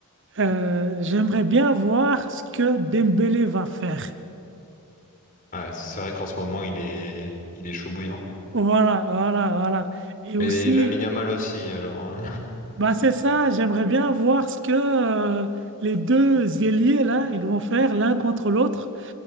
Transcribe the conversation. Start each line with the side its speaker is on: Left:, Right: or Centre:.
Right: euh, j'aimerais bien voir ce que Dembélé va faire.
Left: Ouais, c'est vrai qu'en ce moment, il est, il est chaud bouillant.
Right: Voilà, voilà, voilà. Et aussi,
Left: Mais Lamine Yamal aussi, alors. hein.
Right: bah c'est ça, j'aimerais bien voir ce que euh, les deux ailiers, là, ils vont faire l'un contre l'autre.